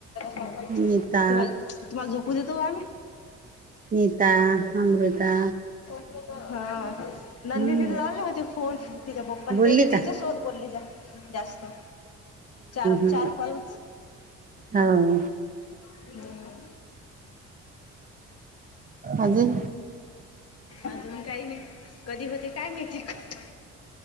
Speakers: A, on the left (about 55°); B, on the right (about 30°).
A: तु्हाला
B: नीता
A: तुम्हाला झोपू देतो का आम्ही
B: नीता अमृता
A: हा
B: हम्म
A: नंदनी लावली होते फोन तिच्या पप्पा
B: बोलली
A: ते तिच्या
B: का हम्म
A: सोबत बोले त्या जास्त चार
B: हम्म
A: चार कॉल
B: हो
A: हम्
B: अजून
A: अजून काही नाही कधी होते काय माहिती कट